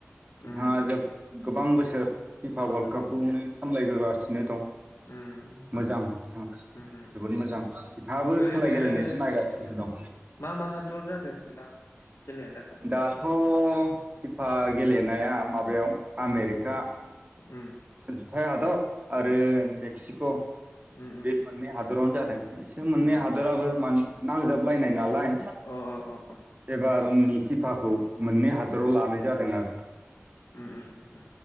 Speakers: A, on the left (about 65°); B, on the right (about 35°).
A: उम
B: बिथाङा जोब गोबां बोसोर फिफा वार्ल्ड कापखौनो सामलायबोगासिनो दं।
A: उम
B: मोजां बिथाङा
A: उम
B: जोबोद
A: उम
B: मोजां। बिथाङाबो
A: ओरैनो
B: खेला गेलेनायखौनो नायगासिनो
A: उम
B: दं।
A: मा मा हादराव जादों नोंथां खेलाया दा
B: दाथ' फिफा गेलेनाया माबा बेयाव
A: उम
B: आमेरिका
A: उम
B: जुथाय हादर आरो
A: उम
B: मेक्सिक'
A: उम उम
B: बे
A: उम
B: मोननै हादरावनो जादों बिसोर मोननै
A: उम
B: हादराबो मान नांजाबलायनाय नालाय
A: अ अ अ अ
B: एबार फिफाखौ मोननै हादराव लानाय जादों आरो
A: उ उ उ उ